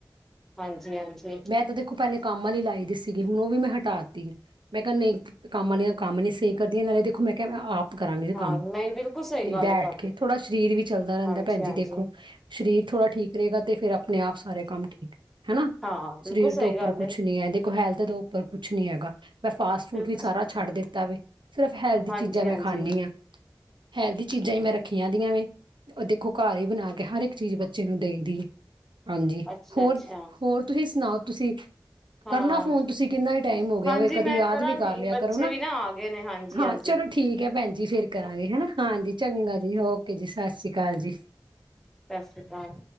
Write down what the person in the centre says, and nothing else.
ਹਾਂਜੀ ਹਾਂਜੀ
ਹਾਂ
ਨਹੀਂ ਬਿਲਕੁਲ ਸਹੀ
ਗੱਲ
ਹੈ ਤੁਹਾਡੀ
ਹਾਂਜੀ
ਹਾਂਜੀ
ਹਾਂ ਬਿਲਕੁਲ
ਸਹੀ
ਗੱਲ
ਬਿਲਕੁਲ
ਹਾਂਜੀ-ਹਾਂਜੀ,
ਅੱਛਾ-ਅੱਛਾ
ਹਾਂ।
ਹਾਂਜੀ
ਮੈਂ
ਕਰਾਂਗੀ
ਬੱਚੇ
ਵੀ ਆ ਗਏ ਨੇ ਹਾਂਜੀ-ਹਾਂਜੀ।
ਸਤਿ ਸ੍ਰੀ ਅਕਾਲ।